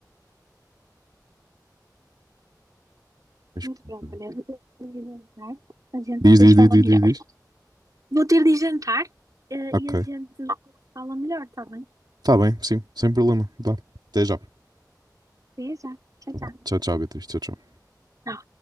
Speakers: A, on the right; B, on the right.
A: Mas
B: Mas
A: pronto,
B: pronto,
A: olha.
B: olha, vou ter de ir jantar. A gente
A: Diz,
B: depois
A: diz,
B: fala
A: diz, diz,
B: melhor.
A: diz, diz.
B: Vou ter de ir jantar, eh,
A: Ok.
B: e a gente fala melhor, está bem?
A: Tá bem, sim, sem problema. Dá. Até já.
B: Até já. Tchau,
A: Então
B: tchau.
A: vá. Tchau, tchau, Beatriz. Tchau, tchau.
B: Tá.